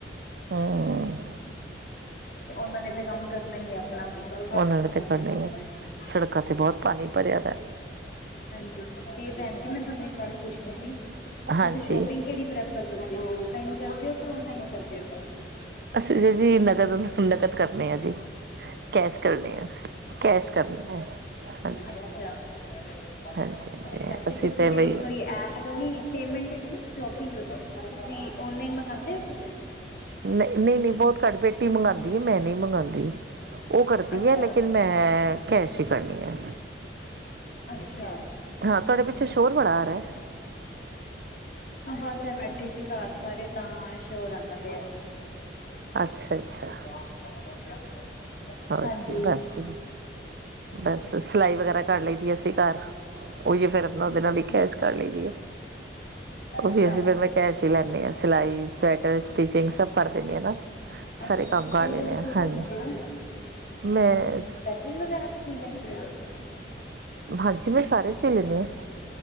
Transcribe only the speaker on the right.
ਹਮ
ਉਹਨਾਂ ਨੇ ਤੇ
ਕਰਨਾ
ਹੈ
ਸੜਕਾਂ 'ਤੇ ਬਹੁਤ ਪਾਣੀ ਭਰਿਆ ਦੈ
ਹਾਂਜੀ
ਅਸੀਂ ਜ ਜੀ ਨਕਦ-ਨਕਦ ਕਰਨੇ ਆ ਜੀ ਕੈਸ਼ ਕਰਨੇ ਆ ਕੈਸ਼ ਕਰਨੇ ਆ ਹਾਂਜੀ
ਹਾਂਜੀ ਹਾਂਜੀ ਅਸੀਂ
ਤਾਂ
ਬਈ
ਨਹੀਂ-ਨਹੀਂ-ਨਹੀਂ ਬਹੁਤ ਘੱਟ ਬੇਟੀ ਮੰਗਵਾਉਂਦੀ ਹੈ ਮੈਂ ਨਹੀਂ ਮੰਗਉਂਦੀ ਉਹ ਕਰਦੀ
ਹੈ ਲੇਕਿਨ ਮੈਂ ਏ ਕੈਸ਼ ਹੀ ਕਰਨੀ ਹੈ,
ਹਾਂ ਤੁਹਾਡੇ ਪਿੱਛੇ ਸ਼ੋਰ ਬੜਾ ਆ ਰਿਹਾ
ਅੱਛਾ ਅੱਛਾ
ਹੋਰ
ਜੀ ਬਸ ਜੀ ਬਸ ਸਿਲਾਈ ਵਗੈਰਾ ਕਰ ਲਈ ਦੀ ਅਸੀਂ ਘਰ ਉਹੀ ਫਿਰ ਅਪਨਾ ਉਹਦੇ ਨਾਲ ਵੀ ਕੈਸ਼ ਕਰ ਲਈ ਦੀ ਹੈ
ਉਹ ਵੀ ਅਸੀਂ ਫਿਰ ਮੈਂ ਕੈਸ਼ ਹੀ ਲੈਨੀ ਹਾਂ ਸਿਲਾਈ, ਸਵੈਟਰ, ਸਟਿਚਿੰਗ ਸਭ ਕਰ ਦੇਨੀ ਆ ਨਾ
ਸਾਰੇ ਕੰਮ
ਕਰ
ਲੈਂਦੇ
ਹਾਂ
ਹਾਂਜੀ
ਮੈਂ
ਹਾਂਜੀ ਮੈਂ ਸਾਰੇ ਸੀ ਲੈਂਨੀ ਆ